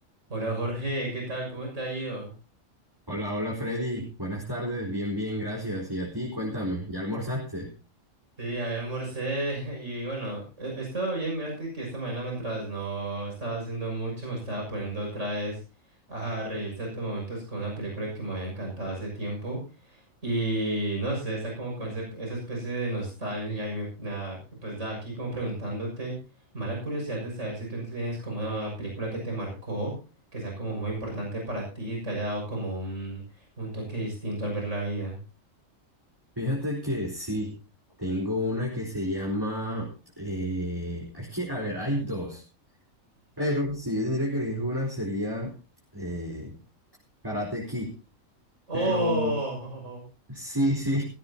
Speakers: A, on the right; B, on the right.
A: Hola Jorge, ¿qué tal? ¿Cómo te ha ido?
B: Hola, hola Freddy, buenas tardes, bien, bien, gracias. Y a ti, cuéntame, ¿ya almorzaste?
A: Sí, ahí almorcé <laughs> y bueno, he, he estado bien, mírate que esta mañana mientras no estaba haciendo mucho, me estaba poniendo otra vez a reír ciertos momentos con una película que me había encantado hace tiempo y no sé, está como con ese- esa especie de nostalgia y me, nada, pues da aquí como preguntándote, mala curiosidad de saber si tú tienes como una película que te marcó, que sea como muy importante para ti y te haya dado como un, un toque distinto al ver la vida.
B: Fíjate que sí, tengo una que se llama, eh, es que, a ver, hay dos, pero si yo tendría que elegir una sería eh, Karate Kid,
A: Oh,
B: pero sí, sí,